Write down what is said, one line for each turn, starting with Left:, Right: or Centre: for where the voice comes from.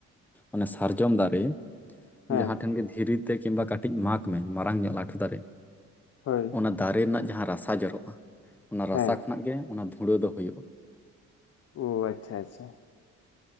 Centre: ᱚᱱᱮ ᱥᱟᱨᱡᱚᱢ ᱫᱟᱨᱮ
Left: ᱦᱮᱸ
Centre: ᱡᱟᱦᱟᱸ ᱴᱷᱮᱱ ᱜᱮ ᱫᱷᱤᱨᱤ ᱠᱤᱢᱵᱟ ᱠᱟᱹᱴᱤᱡ ᱢᱟᱜᱽ ᱢᱮ ᱢᱟᱨᱟᱝ ᱧᱚᱜ ᱞᱟᱴᱩ ᱫᱟᱨᱮ
Left: ᱦᱳᱭ
Centre: ᱚᱱᱟ ᱫᱟᱨᱮ ᱨᱮᱱᱟᱜ ᱡᱟᱦᱟᱸ ᱨᱟᱥᱟ ᱡᱚᱨᱚᱜᱼᱟ ᱚᱱᱟ ᱨᱟᱥᱟ
Left: ᱦᱮᱸ
Centre: ᱠᱷᱚᱱᱟᱜ ᱜᱮ ᱚᱱᱟ ᱫᱷᱩᱲᱟᱹ ᱫᱚ ᱦᱩᱭᱩᱜᱼᱟ
Left: ᱚ ᱟᱪ ᱪᱷᱟ ᱟᱪ ᱪᱷᱟ